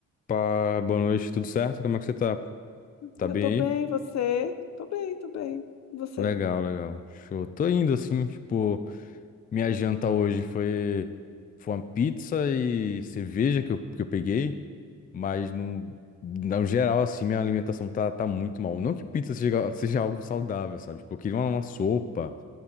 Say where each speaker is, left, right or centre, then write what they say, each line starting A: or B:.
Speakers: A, on the left; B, on the left.
A: Opa, boa noite, tudo certo? Como é que você tá? Tá
B: Eu
A: bem
B: tô bem,
A: aí?
B: você? Tô bem, tô bem. E Você?
A: Legal, legal. Show. Tô indo assim, tipo, minha janta hoje foi, foi uma pizza e cerveja que eu, que eu peguei, mas no, no geral, assim, minha alimentação tá, tá muito mal. Não que pizza seja, seja algo saudável, sabe? Tipo, eu queria uma, uma sopa,